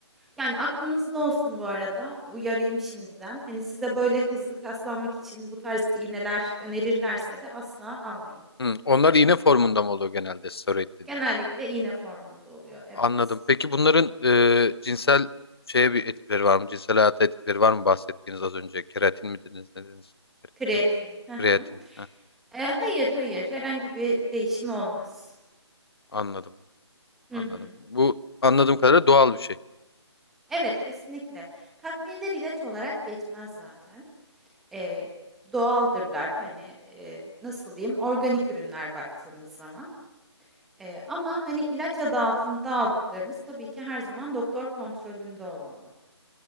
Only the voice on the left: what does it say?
Hmm. Onlar iğne formunda mı oluyor genelde steroid dediğiniz?
Anladım. Peki bunların e, cinsel şeye bir etkileri var mı? Cinsel hayata etkileri var mı bahsettiğiniz az önce? Keratin mi dediniz? Ne dediniz? Keratin
mi?
Kreatin. Heh,
anladım.
Anladım.
Bu anladığım kadarıyla doğal bir şey.